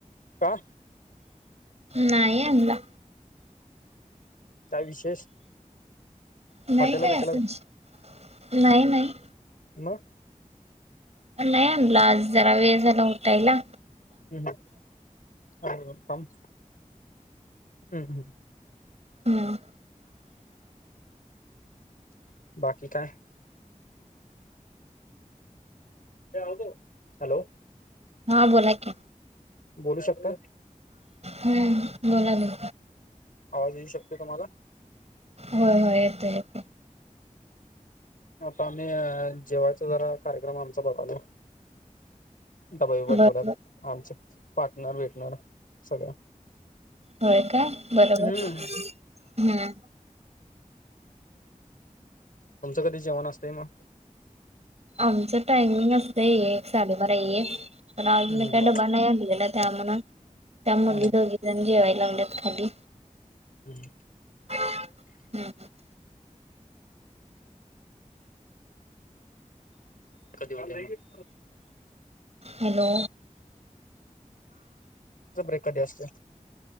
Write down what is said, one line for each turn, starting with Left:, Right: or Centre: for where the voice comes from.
Left: कां?
Right: नाहीं आणंला
Left: कांहीं विशेष
Right: नाहीं
Left: हॉटेलला
Right: कायं
Left: भेटेला
Right: असं चं नाहीं नाहीं
Left: मंग
Right: नाहीं आणंला आंज जरां वेळं झालां उठांयला
Left: हम्मं हम्मं हम्मं
Right: हम्मं
Left: बाकी कायं ते आवं दो हॅलो
Right: हां बोलां कि
Left: बोलूं शकतां
Right: हम्मं बोलां दे
Left: आवांज येऊं शकते तुम्हांला
Right: होयं होयं येतं येतं
Left: आंता आम्हीं जेवांयचा जरां कार्यक्रम आमचां बघालो वहिवंट
Right: बरोबर.
Left: होणारं आमचे पार्टनर भेटणांर सगळं
Right: होय काय बरोबर
Left: हम्मं
Right: हम्म.
Left: तुमचं कधीं जेवणं असतें मंग
Right: आमचं टायमिंग असतो ते एक साडेबारा एक पणं आंज
Left: हम्म
Right: मी कांहीं डब्बां नाहीं आणंला त्यां म्हणूंन त्यां मुली
Left: हम्म
Right: दोघी जणी जेवांयला लागल्यांत खाली
Left: हम्मं
Right: हम्मं
Left: कधीं होते
Right: हॅलो
Left: तुमचां ब्रेक कधीं असतो